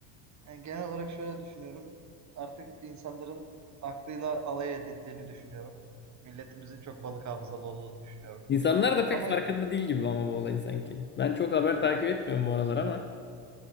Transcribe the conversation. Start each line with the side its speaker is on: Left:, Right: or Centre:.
Right: yani genel olarak şöyle düşünüyorum artık insanların aklıyla alay edildiğini düşünüyorum. Milletimizin çok balık hafızalı olduğunu düşünüyorum.
Left: İnsanlar da pek
Right: Ama
Left: farkında değil gibi ama bu olayın sanki. Ben çok haber takip etmiyorum bu aralar ama